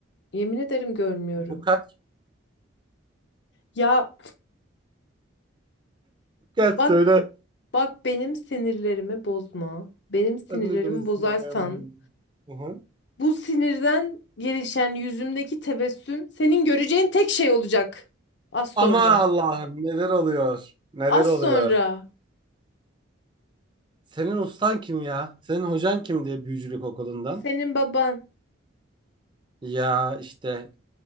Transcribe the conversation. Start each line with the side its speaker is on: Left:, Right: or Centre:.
Left: Yemin ederim görmüyorum.
Right: Bu kaç?
Left: Ya
Right: Gel söyle.
Left: bak bak benim sinirlerimi bozma. Benim sinirlerimi
Right: Sen de beni
Left: bozarsan
Right: sinirden bozdun. Hı hı.
Left: bu sinirden gelişen yüzümdeki tebessüm senin göreceğin tek şey olacak. Az sonra.
Right: Aman Allah'ım neler oluyor? Neler
Left: Az
Right: oluyor?
Left: sonra.
Right: Senin ustan kim ya? Senin hocan kimdi büyücülük okulundan?
Left: Senin baban.
Right: Ya işte